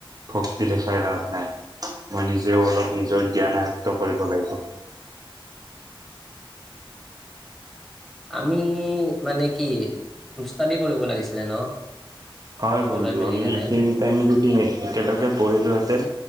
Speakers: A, on the right (about 45°); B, in the centre.
A: ভক্তি দেখাই লাভ নাই, মই নিজেও অলপ নিজৰ জ্ঞান আয়ত্ত কৰিব লাগিব।
B: আমি মানে কি গ্ৰুপ ষ্টাডি কৰিব লাগিছিলে ন'!
A: হয়,
B: সকলোৱে
A: বন্ধু
B: মিলি
A: আমি
B: কেনে
A: এইখিনি টাইম যদি একেলগে পঢ়িলোহেঁতেন।